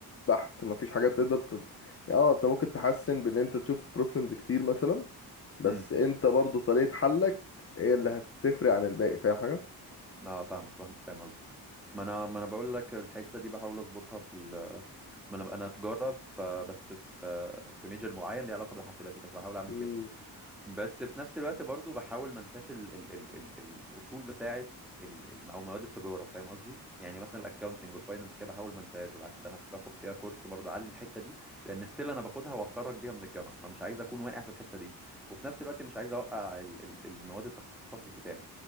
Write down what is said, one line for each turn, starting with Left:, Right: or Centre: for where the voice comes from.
Left: بحت مفيش حاجه تقدر تد... يعني اه انت ممكن تحسن بان انت تشوف بروبلمز كتير مثلا بس
Centre: امم
Left: انت برضو طريقه حلك هي اللي هتفرق عن الباقي فاهم حاجه
Centre: اه فاهمك فاهم فاهم قصدك ما انا ما انا بقول لك الحته دي بحاول اظبطها في ال... ما انا انا تجاره فبس في في ميجر معين ليه علاقه بالحاسبات وكده فبحاول اعمل
Left: امم
Centre: كده بس في نفس الوقت برضو بحاول ما انساش ال ال ال ال الاصول بتاعه ال ال او مواد التجاره فاهم قصدي يعني مثلا الاكاونتنج والفاينانس كده بحاول ما انساهاش بالعكس ده انا باخد فيها كورس برضو اعلي الحته دي لان ستيل انا باخدها واتخرج بيها من الجامعه فمش عايز اكون واقع في الحته دي وفي نفس الوقت مش عايز اوقع ال ال المواد التخصص بتاعي